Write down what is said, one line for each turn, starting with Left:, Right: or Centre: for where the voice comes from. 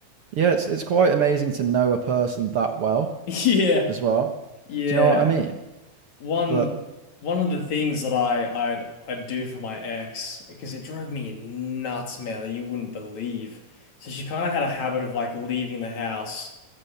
Right: yeah, it's it's quite amazing to know a person that well
Left: <laughs> Yeah,
Right: as well.
Left: yeah.
Right: Do you know what I mean?
Left: One
Right: But
Left: one of the things that I I'd I'd do for my ex because it drove me nuts, man, that you wouldn't believe. So she kind of had a habit of like leaving the house